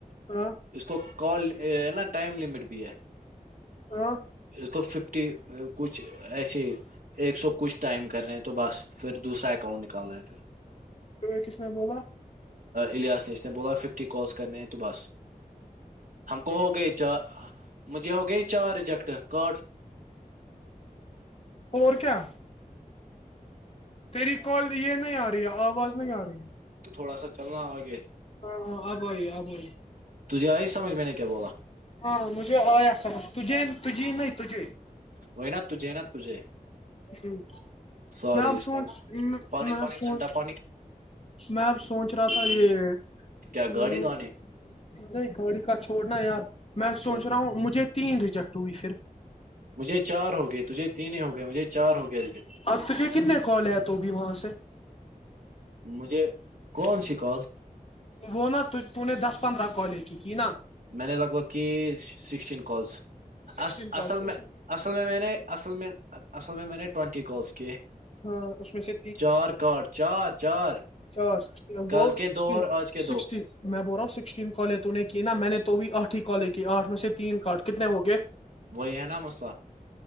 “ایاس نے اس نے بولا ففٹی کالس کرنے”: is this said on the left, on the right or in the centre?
Right